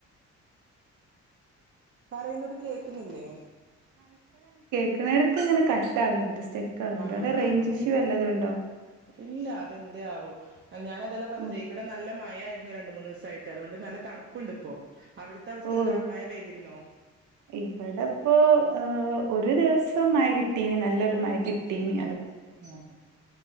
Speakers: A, on the right (about 40°); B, on the right (about 75°).
A: പറയുന്നത് കേക്കുന്നില്ലേ
B: എടക്ക്ങ്ങനെ ഇങ്ങനെ കട്ടാവുന്നുണ്ട് <unintelligible>
A: ആഹ്
B: അവിടെ റൈഞ്ച്
A: ആഹ് ആഹ്
B: ഇഷ്യൂ വല്ലാതും ഉണ്ടോ
A: ഇല്ല അതെന്തയാവോ ഞാനതെല്ല പറഞ്ഞത്
B: ഉം.
A: ഇവിടെ നല്ല മഴയാരി രണ്ട് മൂന്ന് ദിവസം ആയിട്ട് അതോണ്ട് നല്ല തണുപ്പുണ്ട് ഇപ്പോ അവിടുത്തെ അവസ്ഥ
B: ഓ
A: എന്താ മഴ പെയ്തിരുന്നോ
B: ഇവിടെപ്പോ ഒരു ദിവസ സം മഴ കിട്ടീനി നല്ലൊരു മഴ കിട്ടീനി
A: ആ